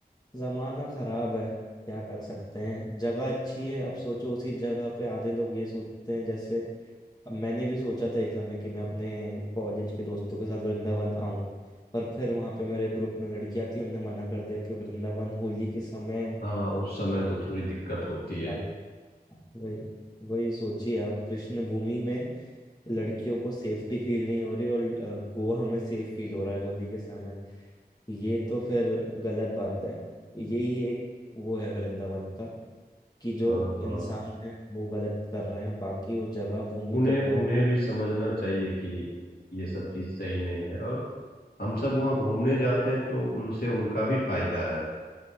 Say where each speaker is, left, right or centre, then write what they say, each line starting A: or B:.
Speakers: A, on the left; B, on the left.
A: जमाना खराब है क्या कर सकते हैं जगह अच्छी है अब सोचो उसी जगह पे आधे लोग ये सोचते हैं जैसे अब मैंने भी सोचा था एक समय कि मैं अपने कॉलेज के दोस्तों के साथ वृंदावन आऊं पर फिर वहां पे मेरे ग्रुप में लड़कियां थी उनने मना कर दिया कि वृंदावन होली के समय
B: हाँ उस समय तो थोड़ी दिक्कत होती है
A: हाँ, वही वही सोचिए आप कृष्ण भूमि में लड़कियों को सेफ्टी फील नहीं हो रही और अ, गोवा हमें सेफ फील हो रहा है होली के समय ये तो फिर गलत बात है यही एक वो है वृंदावन का कि जो
B: हाँ हाँ
A: इंसान है वो गलत कर रहे हैं बाकी वो जगह भूमि
B: उन्हें
A: तो बहुत
B: उन्हें भी समझना चाहिए कि ये सब चीज़ सही नहीं है और हम सब वहाँ घूमने जाते हैं तो उनसे उनका भी फायदा है